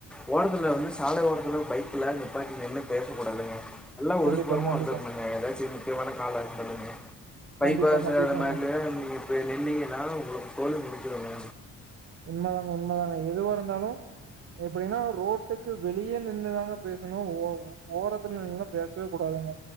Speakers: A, in the centre; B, on the right.
A: ஓரத்துல வந்து சாலை ஓரத்துல பைக்ல நிப்பாட்டி நின்னு பேசக்கூடாதுங்க எல்லா ஒதுக்குப்புறமா
B: கண்டிப்பாங்க கண்டிப்பா
A: வந்திரனுங்க ஏதாச்சு முக்கியமான காலா இருந்ததுங்க பைபாஸ்
B: கண்டிப்பா கண்டிப்பாங்க
A: அந்த மாதிரிலா நமக்கு போய் நின்னீங்கனா உங்களுக்கு சோலி முடிஞ்சிருங்க
B: உண்மதாங்க உண்மதாங்க எதுவா இருந்தாலு எப்டினா ரோட்டுக்கு வெளிய நின்ன்தாங்க பேசணு ஒ ஒ ஓரத்துலநின்னுலா பேசவே கூடாதுங்க